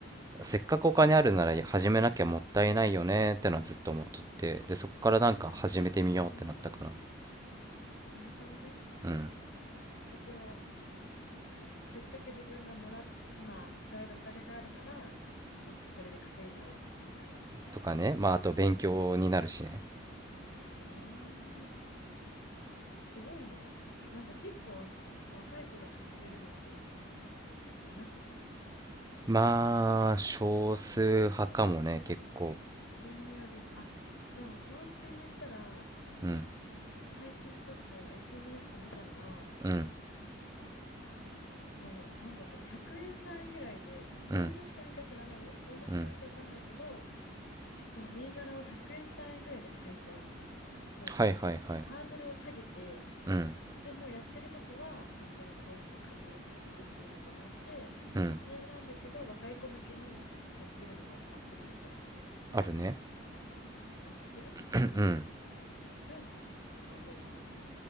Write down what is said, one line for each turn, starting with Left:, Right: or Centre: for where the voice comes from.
Right: せっかくお金あるなら始めなきゃもったいないよねってのはずっと思っとって、で、そっからなんか始めてみようってなったかな。
Left: ああー、なるほどね。
Right: うん。
Left: きっかけは、せっかく自分がもら、今使えるお金があるなら、もっとそれで稼いじゃおうっていうことね。
Right: とかね、
Left: し
Right: まあ、あと勉強になるしね。
Left: へえ、すごいね。なんか結構若い子で始めるのっていなくない
Right: まあ、少数派かもね、結構。
Left: 人による。あ、でも投資で言ったら、
Right: うん、
Left: 最近ちょっと SNS で見たのは、
Right: うん、
Left: もう、なんだっけな、100円単位ぐらいで、
Right: うん、
Left: どんな仕組みか知らないよ。どんな仕組みかわかんないけど、
Right: うん。
Left: その銘柄を100円単位ぐらいで買えちゃうみたいな。もう、
Right: はいはいはい。
Left: なんていうの、ハードルを下げて、
Right: うん、
Left: でもうやってることは、本当の投資の株買ってっていうのと同じで、
Right: うん。
Left: 同じなんだけど、若い子向けにやってるのがあって、アプリみたいな。
Right: あるね。
Left: あ、知ってる
Right: うん、うん。
Left: そういうのはどう思う